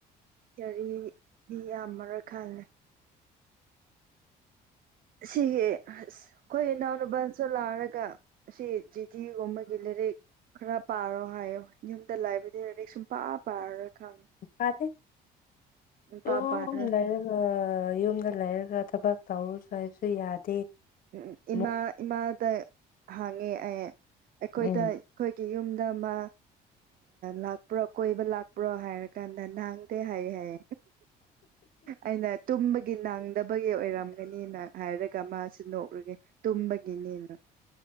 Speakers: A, on the right (about 60°); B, on the left (about 55°).
A: ꯌꯥꯔꯤꯗꯤ ꯌꯥꯝꯃꯔꯣꯏ ꯈꯜꯂꯦ ꯁꯤ ꯑꯩꯈꯣꯏ ꯏꯅꯥꯎꯅꯨꯄꯥꯁꯨ ꯂꯥꯛꯔꯒ ꯁꯤ ꯆꯤꯊꯤꯒꯨꯝꯕꯒꯤ ꯂꯥꯏꯔꯤꯛ ꯈꯔ ꯄꯥꯔꯣ ꯍꯥꯏꯌꯣ ꯌꯨꯝꯗ ꯂꯥꯏꯕꯨꯗꯤ ꯂꯗꯤꯦꯛ ꯁꯨꯝ ꯄꯥ ꯄꯥꯔꯔꯣꯏ ꯈꯪꯉꯦ
B: ꯐꯗꯦ
A: ꯁꯨꯡꯄꯥ
B: ꯇꯔ
A: ꯄꯥꯔꯔꯣꯏ
B: ꯌ ꯂꯥꯏꯔꯛꯒ ꯊꯕꯛ ꯇꯧꯔꯁꯨ ꯍꯥꯏꯕꯁꯨ ꯌꯥꯗꯦ
A: ꯎꯝ ꯏꯃꯥ
B: ꯑꯃꯨꯛ
A: ꯏꯃꯥꯗ ꯍꯥꯡꯉꯦ ꯑꯩ ꯑꯩꯈꯣꯏꯗ
B: ꯎꯝ
A: ꯑꯩꯈꯣꯏ ꯌꯨꯝꯗ ꯑꯃ ꯂꯥꯛꯄ꯭ꯔꯣ ꯀꯣꯏꯕ ꯂꯥꯛꯄ꯭ꯔꯣ ꯍꯥꯏꯔꯀꯥꯟꯗ ꯅ ꯪ ꯗ ꯍꯥꯏ ꯍꯥꯏ ꯑꯩꯅ ꯇꯨꯝꯕꯒꯤ ꯅꯪꯗꯕꯒꯤ ꯑꯣꯏꯔꯝꯒꯅꯤꯅ ꯍꯥꯏꯔꯛ ꯀ ꯃꯥꯁꯤ ꯅꯣꯛꯂꯒꯦ ꯇꯨꯝꯕꯒꯤꯅꯦꯅ